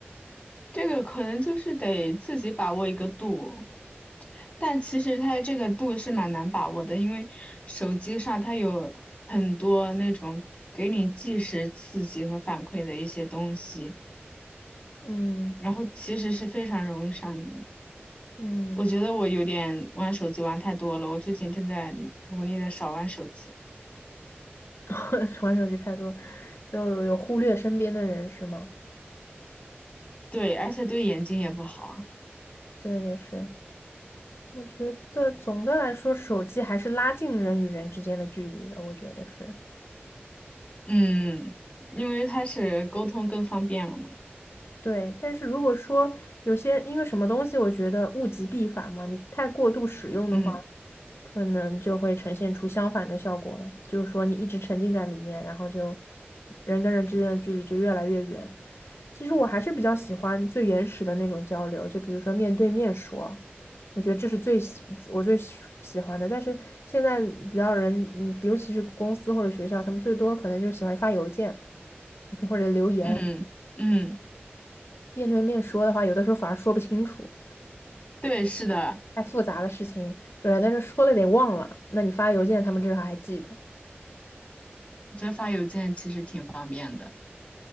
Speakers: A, on the left; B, on the left.
A: 这个可能就是得自己把握一个度，但其实它这个度是蛮难把握的，因为手机上它有很多那种给你即时刺激和反馈的一些东西，
B: 嗯
A: 然后其实是非常容易上瘾的。
B: 嗯，
A: 我觉得我有点玩手机玩太多了，我最近正在努力的少玩手机，
B: <laughs> 玩手机太多，就有忽略身边的人是吗？
A: 对，而且对眼睛也不好，
B: 对，也是。我觉得总的来说，手机还是拉近人与人之间的距离的，我觉得是。
A: 嗯，因为它是沟通更方便了嘛，
B: 对，但是如果说有些因为什么东西，我觉得物极必反嘛，你太过度使用的话，
A: 嗯。
B: 可能就会呈现出相反的效果了。就是说，你一直沉浸在里面，然后就人跟人之间的距离就越来越远。其实我还是比较喜欢最原始的那种交流，就比如说面对面说，我觉得这是最喜我最喜喜欢的。但是现在比较人，嗯，尤其是公司或者学校，他们最多可能就喜欢发邮件或者留言。
A: 嗯嗯，
B: 面对面说的话，有的时候反而说不清楚，
A: 对，是的，
B: 太复杂的事情，就是但是说了得忘了，那你发邮件，他们至少还记得。
A: 折发邮件其实挺方便的，